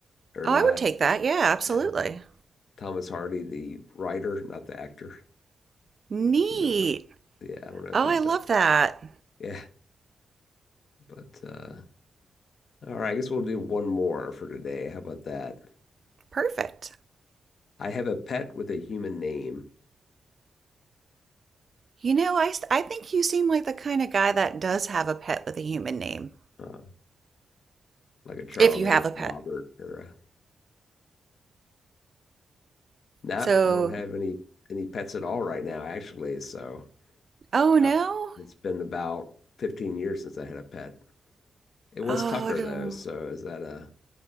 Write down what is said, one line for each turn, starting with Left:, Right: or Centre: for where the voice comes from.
Left: or
Right: Oh,
Left: not.
Right: I would take that. Yeah, absolutely.
Left: Yeah. Thomas Hardy, the writer, not the actor.
Right: Neat.
Left: don't know if you know about. Yeah, I don't know if
Right: Oh,
Left: he's
Right: I love
Left: that.
Right: that.
Left: Yeah, but uh, all right. I guess we'll do one more for today. How about that?
Right: Perfect.
Left: I have a pet with a human name,
Right: You know, I I think you seem like the kind of guy that does have a pet with a human name,
Left: uh, like a Charlie
Right: if you have
Left: or
Right: a
Left: a
Right: pet.
Left: Robert or a. Nah,
Right: So,
Left: I don't have any any pets at all right now, actually. So,
Right: oh
Left: yep,
Right: no?
Left: it's been about 15 years since I had a pet. It was
Right: Oh,
Left: Tucker though, so is that a